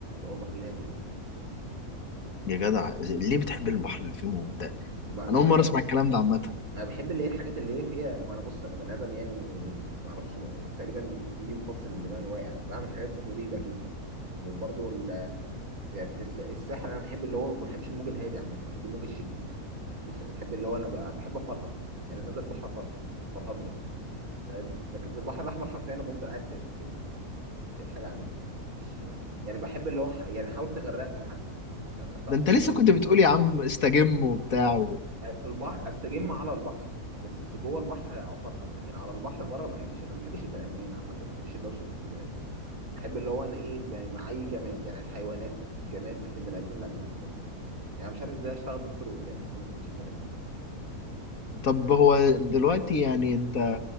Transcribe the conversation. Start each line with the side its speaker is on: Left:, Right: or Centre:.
Right: هو البحر الهادي ده
Left: يا جدع ليه بتحب البحر اللي فيه موج ده؟
Right: ما بحب
Left: أنا أول مرة أسمع الكلام ده عامة
Right: انا بحب اللي هي الحاجات اللي هي فيها ما انا بص انا بني ادم يعني ما اعرفش تقريبا في فص من دماغي واقع بعمل حاجات مريبه جدا يعني برضه يعني في الس- الساحل انا بحب اللي هو ما بحبش الموج الهادي عامه بحب الموج الشديد مش بحب اللي هو انا ب- بحب افرهد يعني نازل البحر افرهد فرهدني بقى فاهم لكن في البحر الاحمر حرفيا انا بفضل قاعد ساكت كده مفيش حاجه اعملها مفيش يعني بحب اللي هو ح- يعني حاول تغرقني حتى عشان حتى
Left: ده أنت لسه كنت بتقول يا عم استجم وبتاع
Right: في البحر استجم على البحر بس جوه البحر افرهد لكن على البحر بره ما بحبش انا ما بحبش البني ادمين عامه ما بحبش الدوشه بتاعت البني ادمين بحب اللي هو انا ايه ب- معايا جماد يعني حيوانات جماد لكن بني ادمين لا ما بحبهم يعني مش عارف ازاي اشتغل دكتور قدام بس أنا ما بحبش البني ادمين
Left: طب هو دلوقتي يعني انت